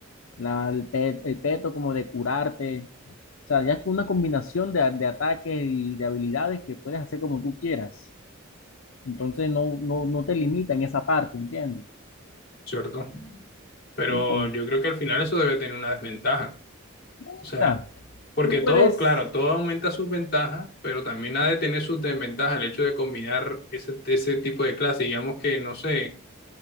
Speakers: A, on the left (about 80°); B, on the left (about 50°).
A: la, el, pe- el peto como de curarte o sea, ya es una combinación de, de ataques y de habilidades que puedes hacer como tú quieras. Entonces no, no, no te limita en esa parte, ¿entiendes?
B: cierto. Pero
A: Entonces,
B: yo creo que al final eso debe tener una desventaja.
A: o
B: O sea,
A: sea,
B: porque
A: tú puedes,
B: todo, claro, todo aumenta sus ventajas, pero también ha de tener sus desventajas el hecho de combinar ese, ese tipo de clases. Digamos que, no sé,